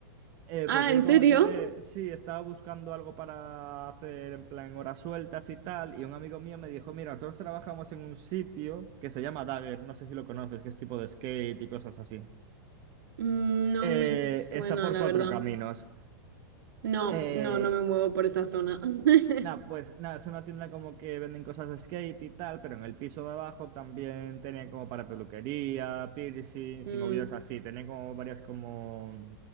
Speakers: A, on the right; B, on the right.
A: Eh,
B: Ah,
A: porque
B: ¿en
A: yo
B: serio?
A: cuando llegué, sí, estaba buscando algo para hacer en plan horas sueltas y tal, y un amigo mío me dijo, mira, nosotros trabajamos en un sitio que se llama Dagger, no sé si lo conoces, que es tipo de skate y cosas así.
B: Mm, No
A: Eh,
B: me suena,
A: está por
B: la
A: cuatro
B: verdad.
A: caminos.
B: No,
A: Eh,
B: no, no me muevo por esa zona. <laughs>
A: Nada, pues nada, es una tienda como que venden cosas de skate y tal, pero en el piso de abajo también tenían como para peluquería, piercings
B: Mm,
A: y movidas así. Tenían como varias como,